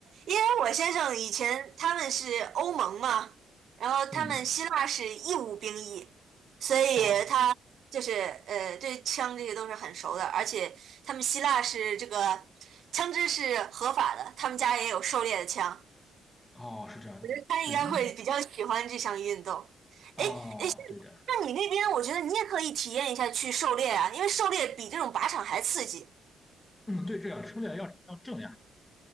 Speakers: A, on the right; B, on the left.
A: 因为我先生以前他们是欧盟嘛，然后他们希腊是义务兵役，
B: 嗯，
A: 所以他就是呃对枪这些都是很熟的，
B: 哦
A: 而且他们希腊是这个枪支是合法的，他们家也有狩猎的枪，
B: 哦，是这样的，
A: 我觉得他应该会比较喜欢这项运动。
B: 对，那哦，
A: 哎哎，诶
B: 对的，
A: 那你那边我觉得你也可以体验一下去狩猎啊，因为狩猎比这种靶场还刺激。
B: 嗯，对，这样，不了要要正呀，